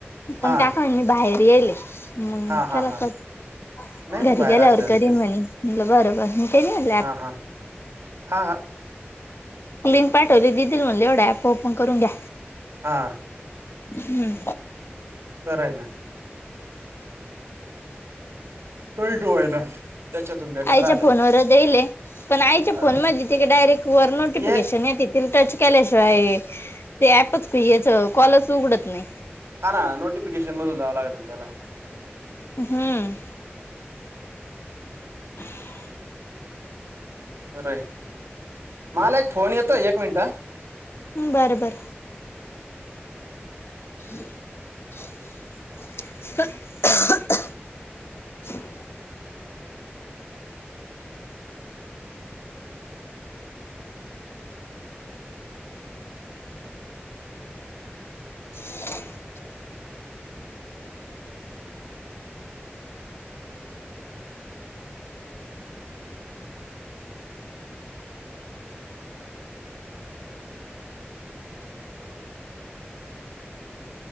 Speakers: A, on the left (about 65°); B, on the right (about 80°).
A: <unintelligible>
B: हा हा हा हा नाही मग
A: घरी
B: बाहेर
A: गेल्यावर
B: असल्यावरती
A: करीन
B: कस
A: म्हणे. म्हनल बरबर मी काही नाही
B: हा हा हा हा.
A: लिंक पाठवली दिदी म्हणले एवढा ऍप ओपन करून घ्या.
B: हा.
A: हम्.
B: बर आय. <unintelligible> भेटत
A: आईच्या
B: राहत
A: फोनवरचले पण आईच्या
B: मग
A: फोन म ते डायरेक्ट वर नोटिफिकेशन
B: एक
A: ये तील टच केल्याशिवाय ते ऍपच याच कॉलस उघडत नाही.
B: हा ना नोटिफिकेशन मधून जावं लागत आ त्याला.
A: हम्म. <inaudible>
B: <unintelligible> माला एक फोन येतोय. एक मिनिट.
A: बरं बर. <inaudible> <inaudible> <inaudible>